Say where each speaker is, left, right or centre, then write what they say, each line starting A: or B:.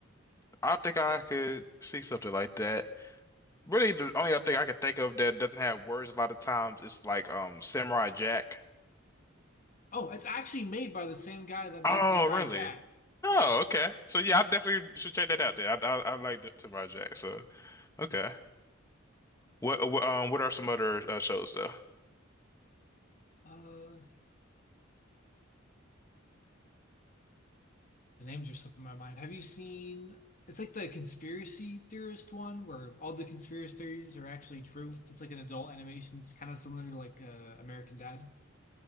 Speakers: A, on the left (about 15°); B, on the left (about 40°).
A: I think I could see something like that. Really, the only other thing I could think of that doesn't have words a lot of times is like um Samurai Jack.
B: Oh, it's actually made by the same guy that
A: Oh,
B: made Samurai
A: really?
B: Jack.
A: Oh,
B: Yeah.
A: okay. So yeah, I definitely should check that out. Then I I, I like Samurai Jack. So okay. What uh, wh- um what are some other uh, shows though?
B: Uh, The names are slipping my mind. Have you seen? It's like the conspiracy theorist one where all the conspiracy theories are actually true. It's like an adult animation. It's kind of similar to like uh, American Dad.